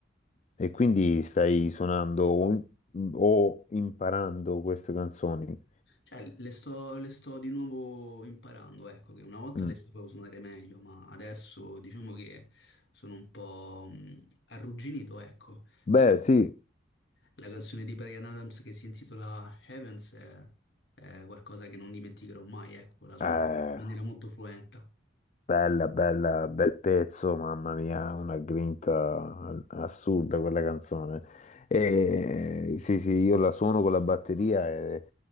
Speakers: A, on the left; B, on the left.
A: E quindi stai suonando o, o imparando queste canzoni?
B: Cioè, le sto, le sto di nuovo imparando, ecco, che una volta
A: Mm.
B: le sapevo suonare meglio, ma adesso diciamo che sono un po' mh, arrugginito, ecco.
A: Beh,
B: Però
A: sì,
B: la canzone di Bryan Adams che si intitola Heavens è, è qualcosa che non dimenticherò mai, ecco, la suono
A: Eh,
B: in maniera molto fluenta.
A: Bella, bella, bel pezzo, mamma mia, una grinta assurda quella canzone. E sì, sì, io la suono con la batteria e-